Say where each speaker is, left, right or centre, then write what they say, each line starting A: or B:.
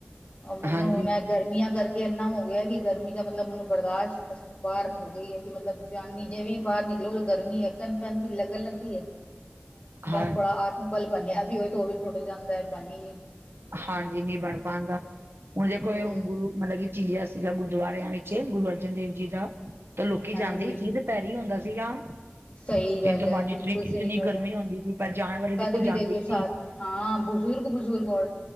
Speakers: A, on the left (about 35°); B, on the right (about 70°).
A: ਉਹ ਮੈਨੂੰ
B: ਹਾਂਜੀ
A: ਮੈ ਗਰਮੀਆਂ ਕਰਕੇ ਇਨਾ ਕਿ ਗਰਮੀ ਦਾ ਮਤਲਬ ਮੈਨੂੰ ਬਰਦਾਸ਼ਤ ਅ ਬਾਹਰ ਹੋ ਗਈ ਹੈ ਕਿ ਮਤਲਬ ਜਾਨੀ ਜਿਵੇਂ ਬਾਹਰ ਨਿਕਲੋ ਗਰਮੀ ਯਕਨ ਪੰਨ ਦੀ ਲਗ ਲੱਗਣ ਲੱਗਦੀ ਹੈ
B: ਹਾਂ
A: ਥੋੜਾ ਆ ਬਲ ਬਣਿਆ ਵੀ ਹੋਏ ਤੇ ਉਹ ਵੀ ਟੁੱਟ ਜਾਂਦਾ ਹੈ ਬਣੀ
B: ਹਾਂਜੀ ਨਹੀਂ ਬਣ ਪਾਦਾ ਹੁਣ ਜੇ ਕੋਈ
A: ਹਮ
B: ਗੂਰ ਚੀਆ ਸੀਗਾ ਗੁਰਦੁਆਰਿਆਂ ਵਿੱਚ ਜੇ ਗੁਰੂ ਅਰਜਨ ਦੇਵ ਜੀ ਦਾ ਤਾਂ ਲੋਕੀ
A: ਹਾਂਜੀ
B: ਜਾਂਦੇ ਹੀ ਸੀ ਤੇ ਦੁਪਿਹਰ ਹੀ ਹੁੰਦਾ ਸੀਗਾ
A: ਸਹੀ
B: ਤਿੰਨ
A: ਗੱਲ
B: ਤੋਂ
A: ਹੈ
B: ਪੰਜ
A: ਬਿਲਕੁਲ
B: ਜਿਤਨੀ ਕਿਤਨੀ
A: ਸਹੀ ਗੱਲ
B: ਗਰਮੀ
A: ਹੈ
B: ਹੁੰਦੀ ਸੀ ਪਰ ਜਾਣ ਵਾਲੇ ਦੇਖੋ
A: ਤਦ ਵੀ
B: ਜਾਂਦੇ
A: ਦੇਖ ਲਓ
B: ਹੀ ਸੀ
A: ਸਾਰੀ ਹਾਂ ਬਜ਼ੁਰਗ-ਬਜ਼ੁਰਗ ਔਰ